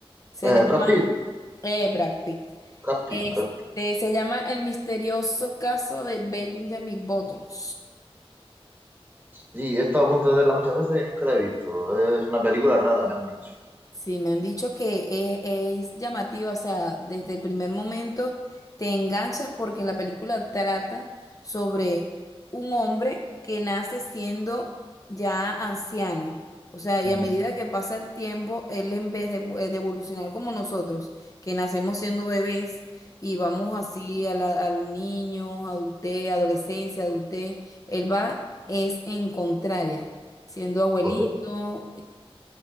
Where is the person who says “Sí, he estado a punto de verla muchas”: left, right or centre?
Right